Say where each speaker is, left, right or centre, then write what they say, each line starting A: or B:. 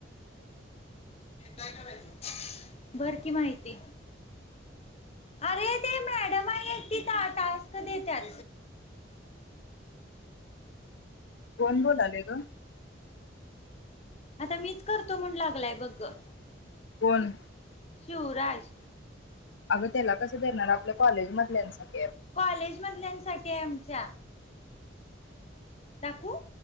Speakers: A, on the left; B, on the left.
A: काय करायचं भर की माहिती आरे ते मॅडम आहे ती टा टास्क देत्यात
B: कोण बोलालय ग?
A: आता मीच करतो म्हणून लागलाय बघ गं
B: कोण?
A: शिवराज
B: आगं तेला कसं देणार आपल्या कॉलेजमधल्यान साठी
A: कॉलेज मधल्यांसाठी आहे आमच्या दाकवू